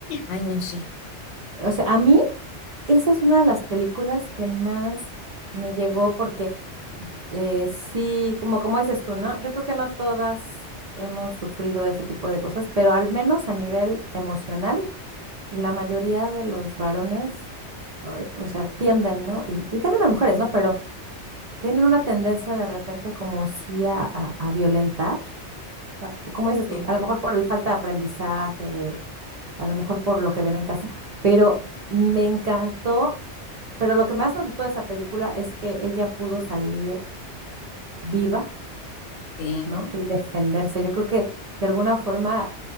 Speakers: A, on the left (about 85°); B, on the right (about 55°).
A: Ay, no, sí,
B: O sea, a mí esa es una de las películas que más me llegó porque eh, sí, como, como dices tú, ¿no? Yo creo que no todas hemos sufrido ese tipo de cosas, pero al menos a nivel emocional, la mayoría de los varones, ay, o sea, tienden, ¿no? Y, y también las mujeres, ¿no? Pero tienen una tendencia de repente como sí a, a- a violentar, a- como dices
A: sí,
B: tú, a lo mejor por el falta de aprendizaje, de, a lo mejor por lo que ven en casa, pero me encantó, pero lo que más me gustó de esa película es que ella pudo salir viva
A: sí,
B: ¿no? Y defenderse. Yo creo que de alguna forma